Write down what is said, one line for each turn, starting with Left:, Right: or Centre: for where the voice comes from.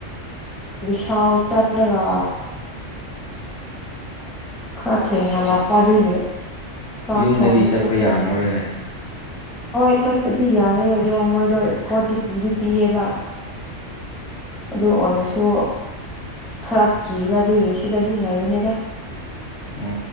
Centre: ꯕꯤꯁꯥꯜ ꯆꯠꯂꯒ ꯈꯔ ꯊꯦꯅꯥ ꯂꯥꯛ ꯄꯗꯤꯗꯤ ꯆꯥꯛ
Left: ꯌꯨꯝꯗꯗꯤ
Centre: ꯊꯣꯡꯒꯦꯁꯨꯨ
Left: ꯆꯠꯄ ꯌꯥꯔꯝꯃꯔꯣꯏꯅꯦ
Centre: ꯈꯔ ꯊ‌ꯦꯡ ꯍꯣꯏ ꯆꯠꯄꯗꯤ ꯌꯥꯏꯑꯦ ꯑꯗꯣ ꯃꯣꯏꯗꯣ ꯏꯁꯀꯣꯔꯗꯤ ꯄꯤꯗꯤ ꯄꯤꯌꯦꯕ ꯑꯗꯨ ꯑꯣꯏꯔꯁꯨ ꯈꯔ ꯀꯤꯕ ꯑꯗꯨꯏꯔ ꯁꯤꯗ ꯑꯗꯨꯝ ꯂꯩꯕꯅꯦꯗ
Left: <inaudible>